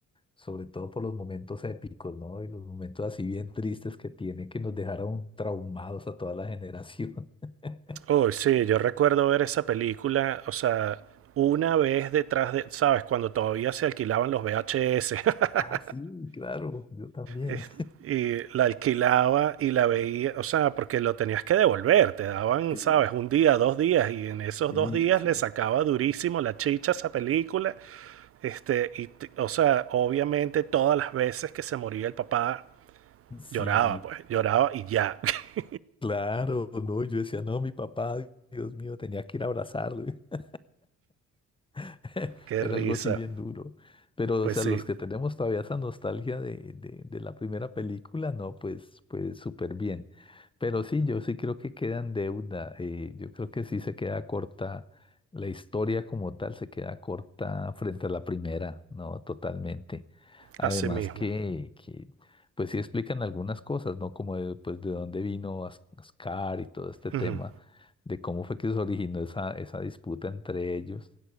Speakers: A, on the left; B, on the right.
A: sobre todo por los momentos épicos, ¿no? Y los momentos así bien tristes que tiene, que nos dejaron traumados a toda la generación. <laughs>
B: Oh, sí, yo recuerdo ver esa película, o sea, una vez detrás de, ¿sabes? Cuando todavía se alquilaban los VHS. <laughs>
A: Ah, sí, claro, yo también.
B: Es- Y la alquilaba y la veía, o sea, porque lo tenías que devolver, te daban,
A: <laughs> Sí,
B: ¿sabes? Un día, dos días, y en esos
A: sí,
B: dos días
A: sí.
B: le sacaba durísimo la chicha a esa película. Este, y, t- o sea, obviamente todas las veces que se moría el papá,
A: Sí,
B: lloraba, pues, lloraba y ya. <laughs>
A: claro, no, yo decía, no, mi papá, Dios mío, tenía que ir a abrazarlo. <laughs> <laughs>
B: Qué
A: Era
B: risa.
A: algo así bien duro. Pero,
B: Pues
A: o sea,
B: sí,
A: los que tenemos todavía esa nostalgia de, de- de la primera película, no, pues, pues súper bien. Pero sí, yo sí creo que queda en deuda. eh, yo creo que sí se queda corta. La historia como tal se queda corta frente a la primera, ¿no? Totalmente. Además
B: así mismo.
A: que, que pues sí explican algunas cosas, ¿no? Como de, pues, de dónde vino As- Ascar y todo este tema,
B: Ujú.
A: de cómo fue que se originó esa, esa disputa entre ellos